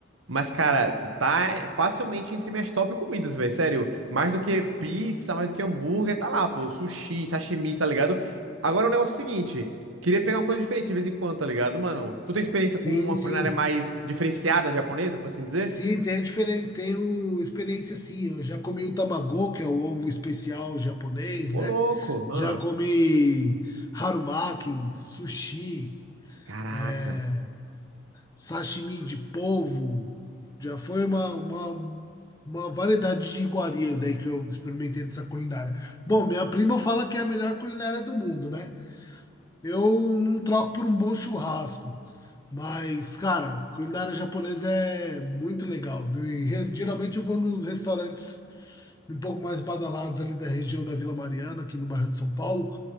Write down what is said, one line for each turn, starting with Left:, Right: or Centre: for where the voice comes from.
Right: mas, cara, tá facilmente entre minhas top comidas, velho, sério. Mais do que pizza, mais do que hambúrguer, tá lá, pô, sushi, sashimi, tá ligado? Agora o negócio é o seguinte, queria pegar uma coisa diferente de vez em quando, tá ligado, mano? Tu tem experiência com
Left: Sim,
Right: uma
Left: sim.
Right: culinária mais diferenciada japonesa, por assim dizer?
Left: Sim, tem diferente, tem o experiência sim. Eu já comi o tamago, que é o ovo especial japonês,
Right: Ô,
Left: né?
Right: louco!
Left: Já
Right: Ah,
Left: comi harumaki, sushi,
Right: caraca!
Left: é, sashimi de polvo. Já foi uma, uma, uma variedade de iguarias aí que eu experimentei dessa culinária. Bom, minha prima fala que é a melhor culinária do mundo, né? Eu não troco por um bom churrasco, mas, cara, culinária japonesa é muito legal, viu? E re- geralmente eu vou nos restaurantes um pouco mais badalados ali da região da Vila Mariana, aqui no bairro de São Paulo.